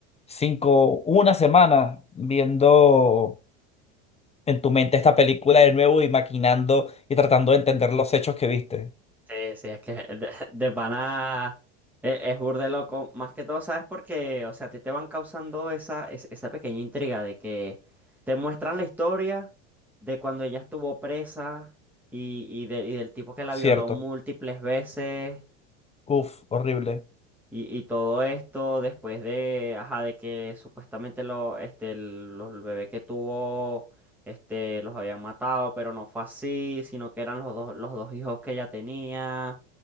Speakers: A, on the left; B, in the centre.
A: cinco, una semana viendo en tu mente esta película de nuevo y maquinando y tratando de entender los hechos que viste,
B: Sí, sí, es que de, <laughs> de pana es, es burde loco. Más que todo, ¿sabes? Porque, o sea, a ti te van causando esa, es- esa pequeña intriga de que te muestran la historia de cuando ella estuvo presa y, y, de- y del tipo que la
A: ¿cierto?
B: violó múltiples veces.
A: Uf, horrible.
B: Y, y todo esto después de, ajá, de que supuestamente lo, este, el, los- el bebé que tuvo, este, los habían matado, pero no fue así, sino que eran los dos, los dos hijos que ella tenía.